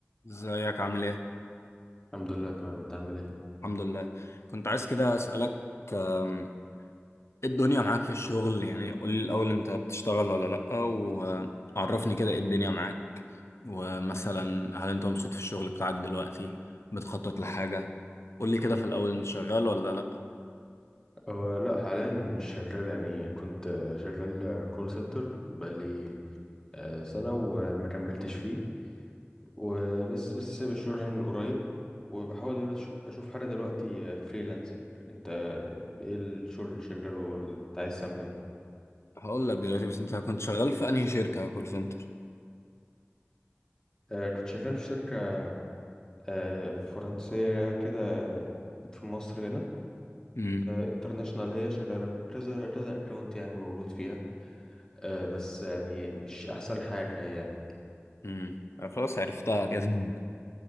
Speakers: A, on the left (about 85°); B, on the left (about 15°).
A: ازيك عامل ايه؟
B: الحمد لله تمام انت عامل ايه
A: الحمد لله كنت عايز كده اسألك آم، ايه الدنيا معاك في الشغل يعني قول لي الأول انت بتشتغل ولا لأ وعرفني كده ايه الدنيا معاك ومثلا هل انت مبسوط في الشغل بتاعك دلوقتي بتخطط لحاجة قول لي كده في الأول انت شغال ولا لأ
B: هو لا حاليا مش شغال يعني كنت آه، شغال كول سنتر بقالي آه، سنة وما كملتش فيه وبس لسه سايب الشغل يعني من قريب وبحاول دلوقتي اشوف اشوف حاجة دلوقتي فريلانسنج انت ايه الشغل اللي شغاله واللي كنت عايز تعمل ايه
A: هقول لك دلوقتي بس انت كنت شغال في انهي شركة كول سنتر
B: آه، كنت شغال في شركة آه، فرنسية كده آه، في مصر هنا
A: امم
B: انترناشونال هي شغالة كذا كذا اكونت يعني موجود فيها آه، بس يعني مش احسن حاجة هي
A: امم خلاص عرفتها كده <laughs>